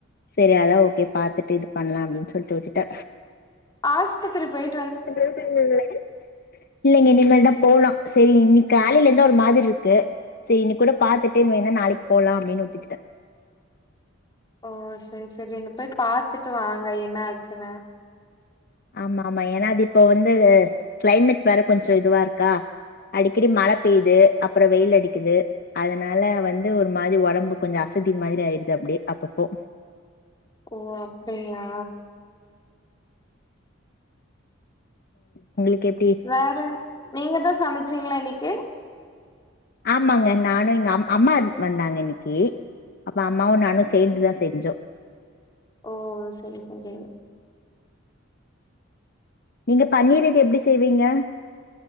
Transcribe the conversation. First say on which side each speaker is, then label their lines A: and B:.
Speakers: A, on the left; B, on the left.
A: சரி அதா ஓகே பாத்துட்டு இது பண்லா அப்டின் சொல்ட்டு உட்டுட்ட
B: ஆஸ்பத்திரி போய்
A: <unintelligible> இல்லேங்க இனிமே தா போலாம் சரி இன்னைக்கு காலில இருந்துஒரு மாதிரி இருக்கு சரி இன்னைக் கூட பாத்துட்டு வேனா நாளைக்கு போலா அப்படின்னு ஒத்துக்கிட்டே
B: ஓ சேரி சேரி இனி போய் பாத்துட்டு வாங்க என்ன ஆச்சுன்னு
A: ஆமா ஆமா ஏன்னா அது இப்ப வந்து கிளைமேட் வேற கொஞ்சோ இதுவா இருக்கா அடிக்கடி மழை பெய்யுது அப்புறோ வெயில் அடிக்குது அதுனால வந்து ஒரு மாதிரி உடம்பு கொஞ்சோ அசதி மாதிரி ஆயிடுது அப்டியே அப்பப்போ
B: ஓ அப்படியா
A: உங்களுக்கு எப்படி
B: வேற நீங்க தா சமைச்சீங்களா இன்னைக்கு
A: ஆமாங்க நானு எங்க அம் அம்மா வந்தாங்க இன்னிக்கு அப்ப அம்மாவு நானு சேர்ந்து தா செஞ்சோ
B: ஓ சேரி சேரி
A: நீங்க பன்னீர் இது எப்டி செய்வீங்க